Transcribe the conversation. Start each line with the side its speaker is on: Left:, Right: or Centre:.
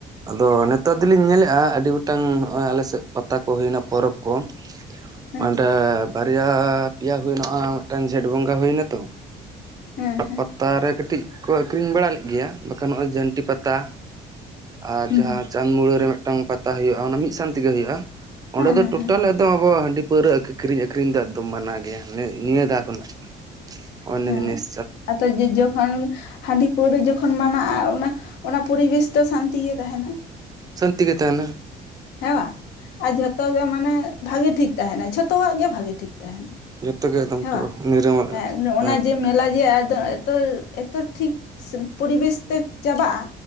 Right: ᱟᱫᱚ ᱱᱮᱛᱟᱨ ᱫᱚᱞᱤᱧ ᱧᱮᱞᱮᱜᱼᱟ ᱟᱹᱰᱤ ᱜᱚᱴᱟᱝ ᱱᱚᱜᱼᱚᱭ ᱟᱞᱮᱥᱮᱜ ᱯᱟᱛᱟ ᱠᱚ ᱦᱩᱭᱮᱱᱟ ᱯᱚᱨᱚᱵᱽ ᱠᱚ ᱾
Left: <inaudible>
Right: ᱦᱟᱱᱰᱮ ᱵᱟᱨᱭᱟ ᱯᱮᱭᱟ ᱦᱩᱭᱮᱱᱼᱟ ᱢᱤᱫᱴᱟᱝ ᱡᱷᱮᱸᱴ ᱵᱚᱸᱜᱟ ᱦᱩᱭᱱᱟ ᱛᱚ᱾
Left: ᱦᱮᱸ ᱦᱮᱸ
Right: ᱯᱟᱛᱟᱨᱮ ᱠᱟᱹᱴᱤᱡ ᱠᱚ ᱟᱹᱠᱷᱨᱤᱧ ᱵᱟᱲᱟ ᱞᱮᱫ ᱜᱮᱭᱟ ᱵᱟᱠᱷᱟᱱ ᱱᱚᱜᱼᱚᱭ ᱡᱷᱟᱹᱱᱴᱤ ᱯᱟᱛᱟ ᱟᱨ
Left: ᱦᱩᱸ
Right: ᱡᱟᱦᱟᱸ ᱪᱟᱸᱫᱽ ᱢᱩᱲᱟᱹ ᱨᱮ ᱢᱤᱫᱴᱟᱝ ᱯᱟᱛᱟ ᱦᱳᱭᱳᱜᱼᱟ ᱚᱱᱟ ᱢᱤᱫ ᱥᱟᱱ ᱛᱮᱜᱮᱦᱳᱭᱳᱜᱼᱟ ᱚᱸᱰᱮ
Left: ᱦᱮᱸ
Right: ᱫᱚ
Left: ᱦᱮᱸ
Right: ᱴᱳᱴᱟᱞ
Left: ᱦᱮᱸ
Right: ᱮᱠᱫᱚᱢ ᱟᱵᱚ ᱦᱟᱺᱰᱤ ᱯᱟᱹᱣᱨᱟᱹ ᱠᱤᱨᱤᱧ ᱟᱹᱠᱷᱨᱤᱧ ᱫᱚ ᱮᱠᱫᱚᱢ ᱢᱟᱱᱟ ᱜᱮᱭᱟ ᱱᱤᱭᱟᱹ ᱫᱷᱟᱣ ᱠᱷᱚᱱᱟᱜ᱾ ᱚᱱᱱᱮ ᱡᱤᱱᱤᱥ
Left: ᱦᱮᱸ ᱟᱫᱚ ᱡᱮ ᱡᱚᱠᱷᱚᱱ, ᱦᱟᱺᱰᱤ ᱯᱟᱹᱣᱨᱟᱹ ᱡᱚᱠᱷᱚᱱ ᱢᱟᱱᱟᱜᱼᱟ ᱚᱱᱟ ᱚᱱᱟ ᱯᱚᱨᱤᱵᱮᱥ ᱫᱚ ᱥᱟᱱᱛᱤ ᱜᱮ ᱛᱟᱦᱮᱱᱟ
Right: ᱥᱟᱱᱛᱤ ᱜᱮ ᱛᱟᱦᱮᱱᱟ ᱾
Left: ᱦᱮᱸ ᱵᱟ ᱟᱨ ᱡᱷᱚᱛᱚ ᱜᱮ ᱢᱟᱱᱮ ᱵᱷᱟᱜᱮ ᱴᱷᱤᱠ ᱛᱟᱦᱮᱱᱟ ᱡᱷᱚᱛᱚᱣᱟᱜ ᱜᱮ ᱵᱷᱟᱜᱤ ᱴᱷᱤᱠ ᱛᱟᱦᱮᱱᱟ
Right: ᱡᱚᱛᱚ ᱜᱮ ᱮᱠᱫᱚᱢ
Left: <unintelligible> ᱦᱮ
Right: ᱯᱩᱨᱟᱹ ᱱᱤᱨᱟᱹᱢᱟ
Left: ᱚᱱᱟ
Right: ᱦᱮᱸ
Left: ᱡᱮ ᱢᱮᱞᱟ ᱡᱮ ᱟᱫᱚ ᱮᱛᱚ ᱮᱛᱚ ᱴᱷᱤᱠ ᱯᱚᱨᱤᱵᱮᱥ ᱛᱮ ᱪᱟᱵᱟᱜᱼᱟ